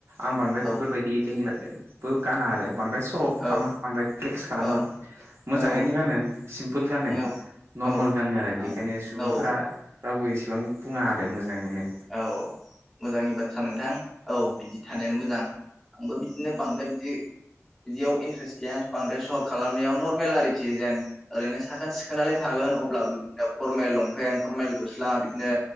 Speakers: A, on the right; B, in the centre.
A: आं बांद्राय
B: औ
A: बेफोरबायदि लिंलाबो गाना आरो बांद्राय सट सर'बो खालामा
B: औ
A: बांद्राय फ्लेक्स खालामा
B: औ
A: मोजांयैनो
B: औ
A: गानो सिमफोल गानो
B: औ
A: नरमेल
B: औ
A: गानो आरो
B: आंबो
A: बेखायनो सुबुंफोरा
B: औ
A: रावबो एसेबां बुङा आरो मोजांयैनो
B: औ मोजांनि बाथ्रा नोंथां औ बिदि थानायानो मोजां आंबो बिदिनो बांद्राय बिदि इदिआव इन्ट्रेस्ट गैया बांद्राय सह खालामनायाव नरमेल आरोखि जेन ओरैनो साखोन सिखोनलाय थागोन अब्लाबो बि फरमेल लंफेन्ट फरमेल ग'स्ला बिदिनो